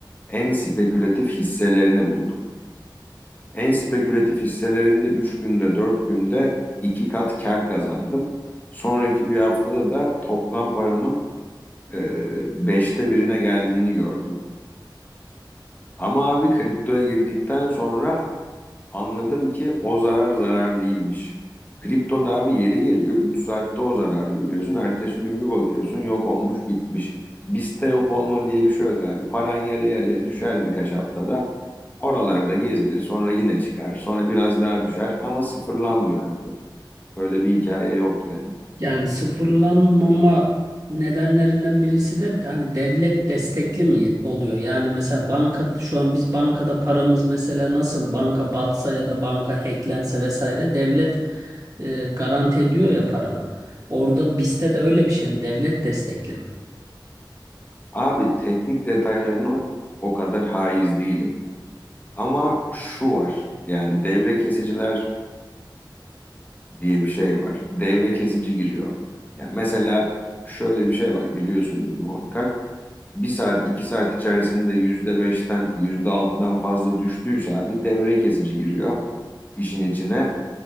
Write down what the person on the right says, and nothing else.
Yani sıfırlanmama nedenlerinden birisi de hani devlet destekli mi oluyor? Yani mesela banka şu an biz bankada paramız mesela nasıl banka batsa ya da banka hacklense vesaire devlet e, garanti ediyor ya paranı. Orada bizde de öyle bir şey mi? Devlet destekli mi?